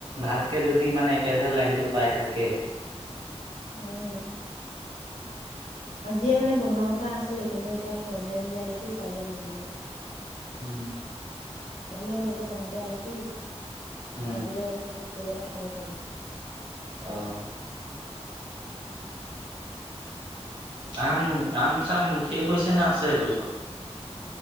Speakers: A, on the right (about 45°); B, on the left (about 85°).
A: ভালকৈ যদি মানে একেৰাহে লাইনটো পাই থাকে
B: উম আজিয়ে মানে বনোৱা কথা আছিলে কিন্তু এতিয়া প্ৰব্লেম দিয়া দেখি কাইলে বনাম আৰু
A: উম
B: ভালে হ'ব দে তহঁতে আহিবি
A: উম
B: কাইলৈ ন গোটেইকেইটা খাব পাৰিবি
A: আহঁ আম আম চাম শেষ হৈছে নে আছে গছত